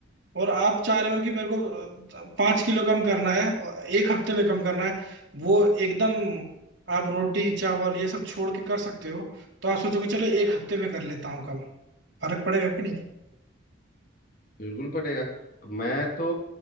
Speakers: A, on the right; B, on the left.
A: और आप चाह रहे हो कि मेरे को पांच किलो कम करना है अ, एक हफ्ते में कम करना है वो एकदम आप रोटी चावल ये सब छोड़ के कर सकते हो तो आप सोचोगे चलो एक हफ्ते में कर लेता हूँ कम फर्क पड़ेगा कि नहीं
B: बिल्कुल पड़ेगा मैं तो